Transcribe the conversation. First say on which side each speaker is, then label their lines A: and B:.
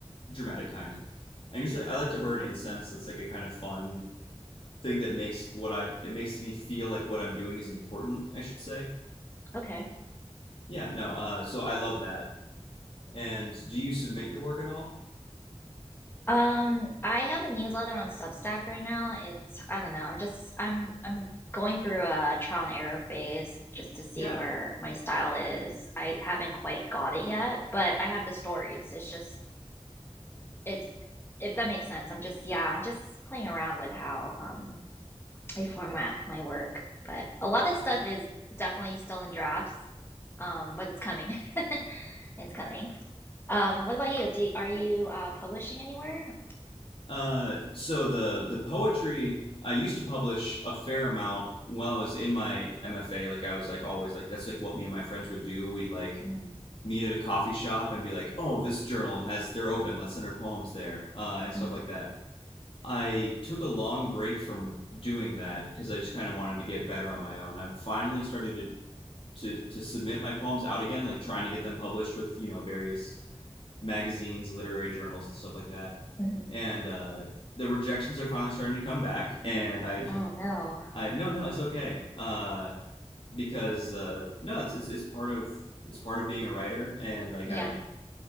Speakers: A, on the left; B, on the left.
A: dramatic kind. I usually I like to burn incense. That's like a kind of fun thing that makes what I it makes me feel like what I'm doing is important, I should say.
B: Okay.
A: Yeah, no. Uh, so I love that. And do you submit your work at all?
B: Um, I have a newsletter on Substack right now. It's I don't know. I'm just I'm I'm going through a trial and error phase just to see
A: Yeah.
B: where my style is. I haven't quite got it yet, but I have the stories. It's just it's if that makes sense. I'm just yeah, I'm just playing around with how um I format my work. But a lot of stuff is definitely still in drafts. Um, but it's coming. <laughs> It's coming. Um, what about you? Do, are you uh publishing anywhere?
A: Uh, so the the poetry I used to publish a fair amount while I was in my MFA. Like I was like always like that's like what me and my friends would do. We'd like
B: Mm,
A: meet at a coffee shop and be like, oh, this journal has they're open. Let's send our poems there uh, and stuff
B: mm,
A: like that. I took a long break from doing that because I just kind of wanted to get better on my own. I'm finally starting to, to to submit my poems out again, like trying to get them published with you know various magazines, literary journals, and stuff like that.
B: mhm.
A: And uh, the rejections are finally starting to come back. And I,
B: Oh no.
A: I no, no, it's okay uh, because uh, no, it's, it's it's part of it's part of being a writer. And like
B: Yeah.
A: I